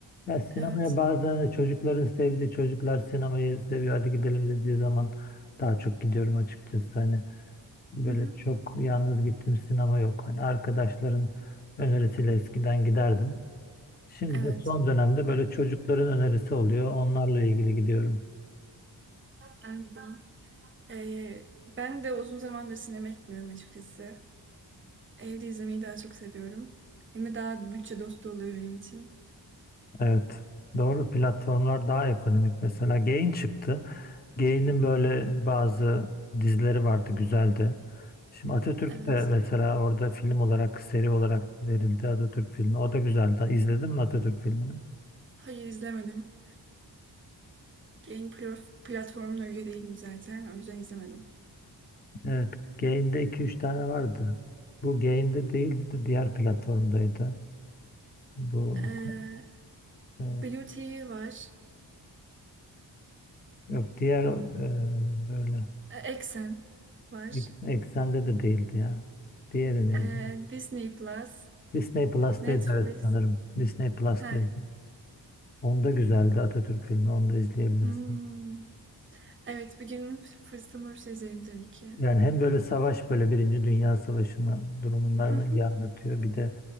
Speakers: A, on the left; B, on the right.
A: Ya sinemaya
B: Evet.
A: bazen çocukların sevdiği çocuklar sinemayı seviyor. Hadi gidelim dediği zaman daha çok gidiyorum açıkçası. Hani böyle
B: Hı hı.
A: çok yalnız gittiğim sinema yok. Hani arkadaşların önerisiyle eskiden giderdim. Şimdi
B: Evet.
A: de son dönemde böyle çocukların önerisi oluyor. Onlarla ilgili gidiyorum.
B: Anladım. Ee, ben de uzun zamandır sinemaya gitmiyorum açıkçası. Evde izlemeyi daha çok seviyorum. Hem de daha bütçe dostu oluyor benim için.
A: Evet. Doğru platformlar daha ekonomik. Mesela Gain çıktı. Gain'in böyle bazı dizileri vardı güzeldi. Şimdi Atatürk
B: Evet.
A: de mesela orada film olarak seri olarak verildi Atatürk filmi. O da güzeldi. İzledin mi Atatürk filmini?
B: Hayır izlemedim. Yayın pl- platformuna üye değilim zaten. O yüzden izlemedim.
A: Evet. Gain'de iki üç tane vardı. Bu Gain'de değildi. Diğer platformdaydı. Bu
B: Ee,
A: e,
B: Blue TV var.
A: yok diğer e, böyle
B: Ee, Exxen var.
A: ek- eksende de değildi ya. Diğeri neydi?
B: Ee, Disney Plus.
A: Disney Plus'taydı
B: Netflix.
A: evet sanırım. Disney Plus'taydı.
B: Heh.
A: Onda güzeldi Atatürk filmi. Onu da izleyebilirsin.
B: Hmm. Evet bir gün fırsatım olursa izlerim tabii ki.
A: Yani hem böyle savaş böyle Birinci Dünya Savaşı'na durumlarını
B: <laughs> Hı hı.
A: iyi anlatıyor. Bir de